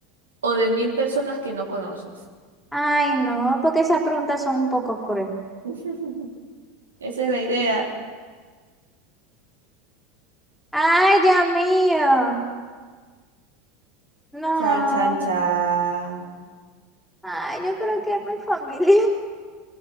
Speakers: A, on the right; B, in the centre.
A: o de mil personas que no conoces?
B: Ay, no, porque esas preguntas son un poco crueles.
A: <laughs> Esa es la idea.
B: Ay, Dios mío. No.
A: Chan, chan, chan.
B: Ay, yo creo que es mi familia.